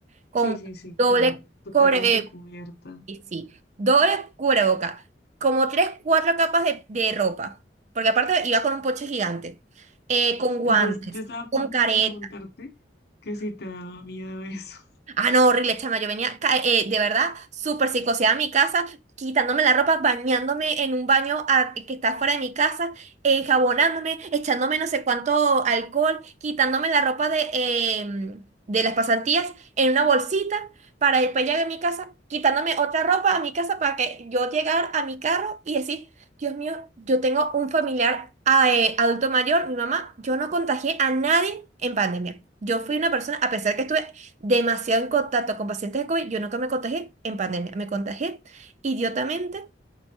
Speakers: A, on the right (about 40°); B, on the left (about 60°).
A: con
B: Sí, sí, sí,
A: doble
B: claro, totalmente
A: cubre, eh,
B: cubierta.
A: y sí, doble cubreboca, como tres, cuatro capas de, de ropa, porque aparte iba con un poche gigante, eh, con guantes,
B: Yo, yo estaba a punto
A: con careta.
B: de preguntarte que si te daba miedo eso.
A: Ah, no, horrible, chama. Yo venía, ca- eh, de verdad, súper psicoseada a mi casa, quitándome la ropa, bañándome en un baño a- que está fuera de mi casa, eh, jabonándome, echándome no sé cuánto alcohol, quitándome la ropa de, eh, de las pasantías en una bolsita para después llegar a mi casa, quitándome otra ropa a mi casa para que yo llegara a mi carro y decir, Dios mío, yo tengo un familiar ah, eh, adulto mayor, mi mamá, yo no contagié a nadie en pandemia. Yo fui una persona, a pesar que estuve demasiado en contacto con pacientes de COVID. Yo nunca me contagié en pandemia, me contagié idiotamente